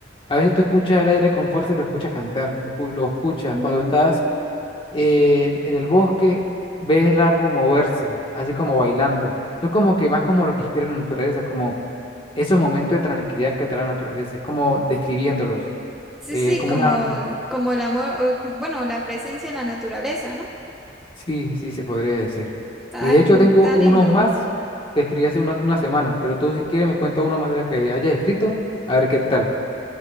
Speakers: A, on the left (about 30°); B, in the centre.
A: a veces tú escuchas el aire con fuerza y lo escuchas cantar, lo, escu- lo escuchas.
B: mm,
A: Cuando estás eh, en el bosque, ves el árbol moverse, así como bailando. Son como que más como lo que inspira la naturaleza, como ese momento de tranquilidad que trae la naturaleza, es como describiéndolos,
B: Sí,
A: eh,
B: sí,
A: como
B: como,
A: una,
B: como el amor, o como- bueno, la presencia de la naturaleza, ¿no?
A: sí, sí, se podría decir.
B: Está,
A: Y de hecho
B: está
A: tengo unos
B: lindo.
A: más que escribí hace unas, unas semanas, pero tú si quieres me cuenta uno más de los que hayas escrito, a ver qué tal.